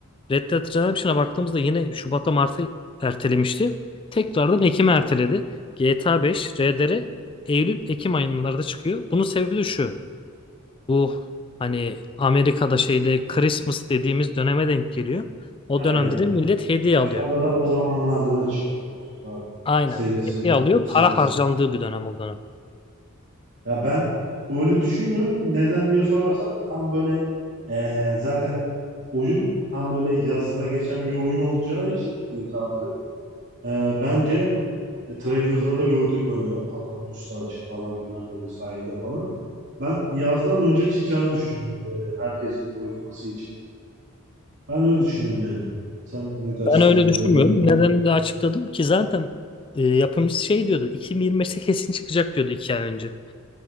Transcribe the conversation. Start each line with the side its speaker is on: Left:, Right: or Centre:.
Left: Red Dead Redemption'a baktığımızda yine Şubat'a Mart'a ertelemişti. Tekrardan Ekim'e erteledi. GTA 5 RDR Eylül-Ekim aylarında çıkıyor. Bunun sebebi de şu. Bu hani Amerika'da şeyde Christmas dediğimiz döneme denk geliyor. O
Right: Aynen.
Left: dönemde de millet hediye
Right: FIFA'da
Left: alıyor.
Right: da o zamanlarda da çıkıyor o FIFA
Left: Aynen.
Right: serisi,
Left: Hediye alıyor.
Right: bu serisi.
Left: Para harcandığı bir dönem o dönem.
Right: Ya ben öyle düşünmüyorum. Neden diye sorarsan tam böyle eee, zaten oyun tam böyle yazda geçen bir oyun olacağı için GTA 6. Eee, bence e, trailer'da da gördük böyle adamın üstü açık falan filan böyle sahilde falan. Ben yazdan önce çıkacağını düşünüyorum böyle herkesin oynaması için. Ben öyle düşünüyorum yani. Sen ne dersin
Left: Ben öyle
Right: bu konuda
Left: düşünmüyorum.
Right: bilmiyorum.
Left: Nedenini de açıkladım ki zaten e, yapımcısı şey diyordu. 2025'te kesin çıkacak diyordu iki ay önce.